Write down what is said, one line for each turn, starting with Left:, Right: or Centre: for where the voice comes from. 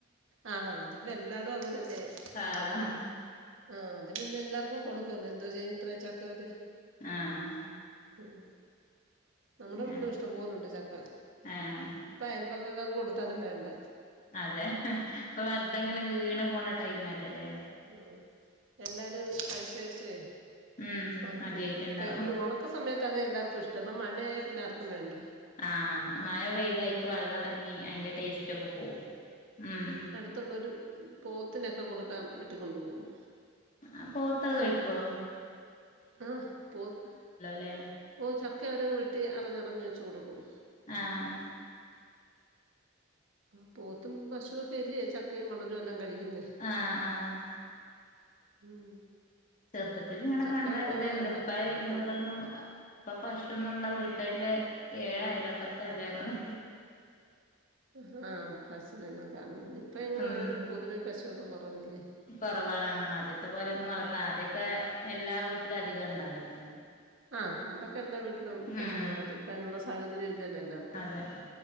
Right: ആഹ് അതിപ്പോ എല്ലാടും അങ്ങനെല്ലേ
Left: ആഹ്
Right: അത് ആ അവരിന്ന് എല്ലാർക്കും കൊടുക്കും പിന്നെ എന്തോ ചെയ്യും ഇത്രയും ചക്ക അവര്
Left: ആഹ്
Right: ഉം നമ്മുടെ വീട്ടിലും
Left: ആഹ്
Right: ഇഷ്ടം പോലുണ്ട് ചക്ക
Left: ആഹ്
Right: ഇപ്പ അയൽവക്കക്കാർക്ക് കൊടുത്താലും വേണ്ട
Left: അതെ ഇപ്പൊ വെറുതെങ്ങനെ വീണ് പോണ ടൈം അല്ലല്ലേ
Right: ആഹ് എല്ലാവരും കഴിച്ച് കഴിച്ചേ
Left: ഉം
Right: മടുത്ത്
Left: മതിയായിട്ടുണ്ടാവും
Right: ഈ ഓണക്ക ഒക്ക സമയത്താണ് എല്ലാവർക്കും ഇഷ്ടം ഇപ്പം മഴയ പിന്നെ ആർക്കും വേണ്ട
Left: ആഹ് മഴ പെയ്തായിക്ക് വെള്ളം എറങ്ങി അയിന്റെ ടേസ്റ്റ് ഒക്കെ പോവും ഉം
Right: ത്തള്ളൊരു പോത്തിനൊക്കെ കൊടുക്കാൻ വെട്ടിക്കൊണ്ടു പോകും
Left: ആഹ് പോത്തൊക്കെ കഴിക്കുവോ
Right: ആഹ് പോത്ത്
Left: ല്ലേ
Right: ഓഹ് ചക്കവരെങ്ങ് വെട്ടി അറിഞ്ഞറിഞ്ഞ് വെച്ച് കൊടുക്കും
Left: ആഹ്
Right: ആഹ് പോത്തും പശുവൊക്കെ അല്ലേ ചക്കയും മടലും എല്ലാം കഴിക്കുന്നത്
Left: ആഹ് ആഹ്
Right: ഉം
Left: ചെറുപ്പത്തില്ങ്ങനെ
Right: ചക്ക
Left: കണ്ട
Right: ഉള്ളത്
Left: ഇത്ണ്ട്
Right: അവിടെ
Left: ഇപ്പയിനൊടൊന്നും
Right: അപ്പോ
Left: അ ഇപ്പം പശൊവൊന്നുള്ള വീട്ടാന്റെ ഏഴയലോക്കെത്തെല്ല ഞങ്ങള്
Right: ഹാഹ് പശൂനൊന്നും കാണുന്നില്ല ഇപ്പഴെങ്ങും
Left: ഉം
Right: അങ്ങനെ പൊതുവെ പശുവൊക്കെ കൊറവല്ലേ?
Left: കൊറവാണ് ആ ആദ്യത്തെ പോലൊന്നും വളർത്ത ആദ്യക്കെ എല്ലാ വീട്ട്ലും അധികണ്ടായിര്ന്ന്
Right: ആഹ് പണ്ടൊക്കെല്ലാ വീട്ട്ലും പശൂനെ
Left: ഉം
Right: വളത്തും ഇപ്പയ്നുള്ള സാഹചര്യവില്ലല്ലോ എല്ലാർക്കും
Left: അതെ